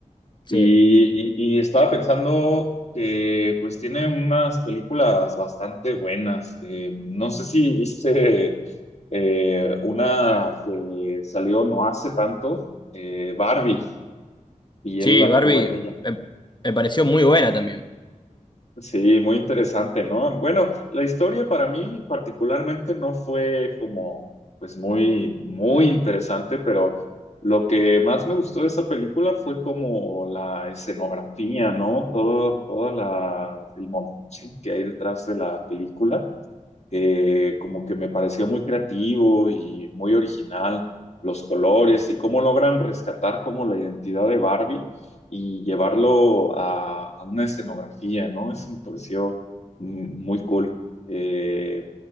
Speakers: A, on the left; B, on the left.
A: Sí.
B: Y, y- y estaba pensando que pues tiene unas películas bastante buenas. Eh, no sé si viste eh, una que salió no hace tanto, eh, Barbie, y
A: Sí,
B: él actuó
A: Barbie
B: en ella.
A: eh, me, pareció muy buena también.
B: Sí, muy interesante, ¿no? Bueno, la historia para mí particularmente no fue como, pues muy, muy interesante, pero lo que más me gustó de esa película fue como la escenografía, ¿no? Todo, toda la, el montaje que hay detrás de la película eh, como que me pareció muy creativo y muy original los colores y cómo logran rescatar como la identidad de Barbie y llevarlo a, a una escenografía, ¿no? Eso me pareció mm, muy cool. Eh,